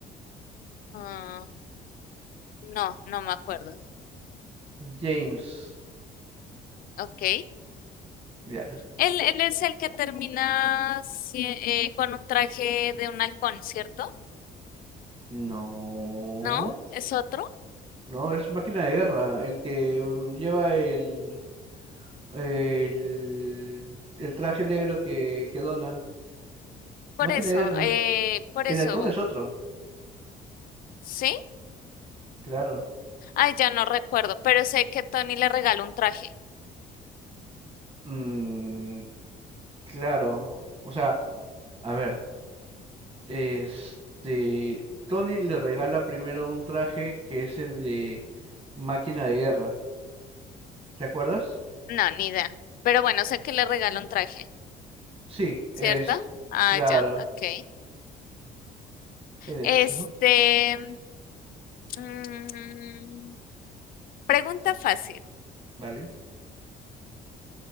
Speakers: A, on the left; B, on the right.
A: Ah, no, no me acuerdo.
B: James.
A: Ok.
B: Ya.
A: Él, él es el que termina si- eh, con un traje de un halcón, ¿cierto?
B: No.
A: ¿No? ¿Es otro?
B: No, es máquina de guerra, el que mm, lleva el, el, el traje negro que, que dona.
A: Por
B: Máquina
A: eso,
B: de guerra.
A: eh, por
B: El
A: eso,
B: halcón es otro,
A: ¿sí?
B: claro.
A: Ay, ya no recuerdo, pero sé que Tony le regala un traje.
B: Mm, claro, o sea, a ver, este, Tony le regala primero un traje que es el de máquina de guerra, ¿te acuerdas?
A: No, ni idea. Pero bueno, sé que le regala un traje,
B: Sí, es,
A: ¿cierto? Ah,
B: claro,
A: ya, ok.
B: él es,
A: Este,
B: ajá,
A: mm, pregunta fácil,
B: vale.